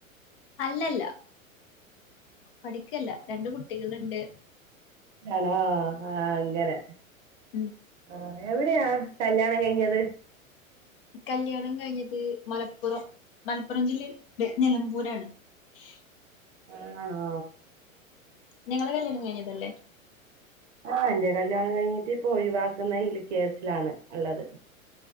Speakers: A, on the left; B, on the right.
A: അല്ല അല്ല പഠിക്കല്ല രണ്ട് കുട്ടികൾ ണ്ട്
B: ണ ആഹ് ആ അങ്ങനെ
A: ഉം
B: ആ എവിടെയാ കല്യാണം കഴിഞ്ഞത്
A: കല്ല്യാണം കഴിഞ്ഞത് മലപ്പുറം മലപ്പുറം ജില്ലയിൽ നിലമ്പൂരാണ് ശ്
B: ആണോ
A: ഞങ്ങളെ കല്യാണം കഴിഞ്ഞതല്ലേ
B: ആഹ എന്റെ കല്യാണം കഴിഞ്ഞിട്ട് ഇപ്പൊ ഒഴിവാക്കുന്നേൽ കേസിലാണ് ഉള്ളത്